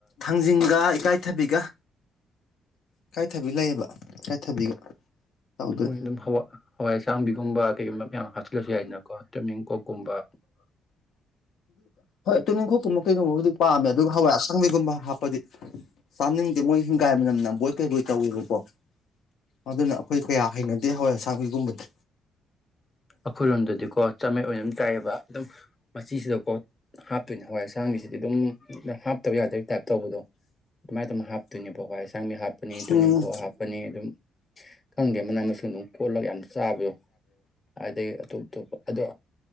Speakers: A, on the left; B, on the left.
A: ꯊꯥꯡꯖꯤꯡꯒ ꯏꯀꯥꯏꯊꯕꯤꯒ ꯏꯀꯥꯏꯊꯕꯤ ꯂꯩꯌꯦꯕ ꯏꯀꯥꯏꯊꯕꯤꯒ ꯇꯧꯗꯣꯏꯅꯦ
B: ꯃꯣꯏ ꯑꯗꯨꯝ ꯍꯋꯥꯏ ꯑꯁꯥꯡꯕꯤꯒꯨꯝꯕ ꯀꯩꯒꯨꯝꯕ ꯃꯌꯥꯝ ꯍꯥꯞꯆꯤꯂꯁꯨ ꯌꯥꯏꯗꯅꯀꯣ ꯇꯤꯃꯤꯡ ꯀꯣꯛꯀꯨꯝꯕ
A: ꯇꯨꯅꯤꯡꯈꯣꯛ ꯀꯩꯒꯨꯝꯕꯕꯨꯗꯤ ꯄꯥꯝꯃꯦ ꯑꯗꯨꯒ ꯍꯋꯥꯏ ꯑꯁꯪꯕꯤꯒꯨꯝꯕ ꯄꯗꯤ ꯆꯥꯝꯅꯤꯡꯗꯦ ꯃꯣꯏ ꯍꯤꯡꯒꯥꯏꯕꯅꯝ ꯕꯣꯏ ꯀꯩ ꯀꯩ ꯇꯧꯔꯨꯔꯕꯔ‌ꯣ ꯑꯗꯨꯅ ꯑꯩꯈꯣꯏ ꯀꯌꯥ ꯍꯩꯅꯗꯦ ꯍꯋꯥꯏ ꯑꯁꯥꯡꯕꯤꯒꯨꯝꯕꯗꯤ
B: ꯑꯩꯈꯣꯏꯔꯣꯝꯗꯗꯤꯀꯣ ꯆꯥꯃꯦꯩ ꯑꯣꯏꯅꯝ ꯆꯥꯏꯑꯕ ꯑꯗꯨꯝ ꯃꯆꯤꯁꯤꯗꯀꯣ ꯍꯥꯞꯇꯣꯏꯅꯦ ꯍꯋꯥꯏ ꯑꯁꯥꯡꯕꯤꯁꯤꯗꯤ ꯑꯗꯨꯝ ꯍꯥꯞꯇꯕ ꯌꯥꯗꯕ ꯇꯥꯏꯞ ꯇꯧꯕꯗꯣ ꯑꯗꯨꯃꯥꯏꯅ ꯇꯅ ꯍꯥꯞꯇꯣꯏꯅꯦꯕ ꯍꯋꯥꯏ ꯑꯁꯥꯡꯕꯤ ꯍꯥꯞ ꯍꯥꯄꯅꯤ ꯇꯨꯅꯤꯡꯈꯣꯛ
A: ꯎꯝ
B: ꯍꯥꯞꯄꯅꯤ ꯑꯗꯨꯝ ꯈꯪꯗꯦ ꯃꯅꯥ ꯃꯁꯤꯡ ꯑꯗꯨꯝ ꯀꯣꯠꯂꯒ ꯌꯥꯝ ꯆꯥꯕ ꯌꯣ ꯑꯗꯒꯤ ꯑꯇꯣꯞ ꯑꯇꯣꯞꯄ ꯑꯗꯣ